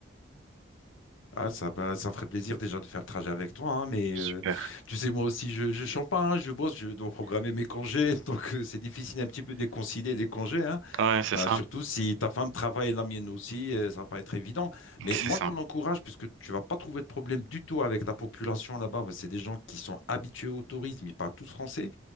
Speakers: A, on the left (about 80°); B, on the right (about 75°).
A: Ah, ça, bah, ça me ferait plaisir déjà de faire le trajet avec toi, hein, mais
B: Super.
A: euh, tu sais, moi aussi, je, je chante pas, hein, je bosse, je dois programmer mes congés, <laughs> donc euh, c'est difficile un petit peu de concilier des congés, hein,
B: Ouais, c'est
A: euh,
B: ça.
A: surtout si ta femme travaille et la mienne aussi, euh, ça va pas être évident. Mais
B: C'est
A: moi,
B: ça.
A: je t'en encourage, puisque tu vas pas trouver de problème du tout avec la population là-bas, parce que c'est des gens qui sont habitués au tourisme, ils parlent tous français,